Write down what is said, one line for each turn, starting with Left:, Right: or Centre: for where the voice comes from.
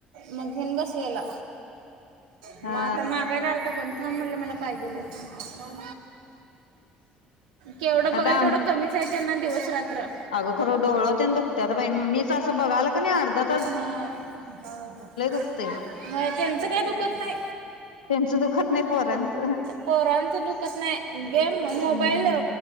Right: मग घेऊन बसलेला मग
Left: हा
Right: आता मागायला आलता फोन थांब म्हटलं मला पाहिजे ल फोन केवढं बघल
Left: आता आम
Right: थेवड कमीचय त्यांना दिवस अ रात्र
Left: अगं खरं डोळ तेन दुखत्यात बाई मीच असं बघाल कनी अर्धा ता
Right: हा
Left: दुखतंय
Right: त्येंचं काय दुखत नाई
Left: त्यांचं दुखत नाही पोरांचं.
Right: पोरांचं दुखत नाही गेम
Left: हम्म.
Right: मोबाईल